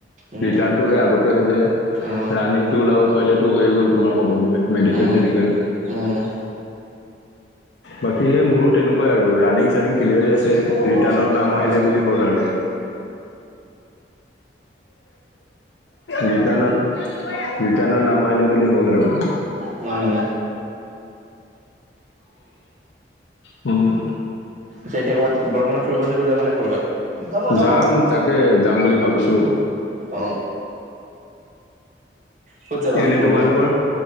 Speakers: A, on the right (about 40°); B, on the left (about 80°).
A: উম,
B: ৰিটাৰ্ণটো সে আগতে হৈ যায়
A: অ',
B: ৰাণিংটো ওলাব। পাৰিলেতো হৈয়ে গ'ল তোমাৰ ক'ব গ'লে মেডিকেল
A: উম,
B: চেডিকেল।
A: উম,
B: বাকী সেই মোৰো তেনেকুৱাই আৰু ৰানিং চানিং ক্লিয়াৰী আছে
A: অ',
B: ৰিটাৰ্ণত নাম আহিলে
A: উম।
B: বুলি- হল আৰু ৰিটাৰ্ণত ৰিটাৰ্ণত নাম আহিলে বুলি হ'ল আৰু।
A: উম উম।
B: উম।
A: পিছে এতিয়া ক'বাত গৰম বন্ধত ফুৰিব চুৰিব যাবা নাই ক'বাত? যাব যাব,
B: যাম তাকে যাম বুলি ভাবিছো
A: অ। ক'ত যাবা
B: এনে
A: গৰম
B: তোমালোকৰ?
A: বন্ধত?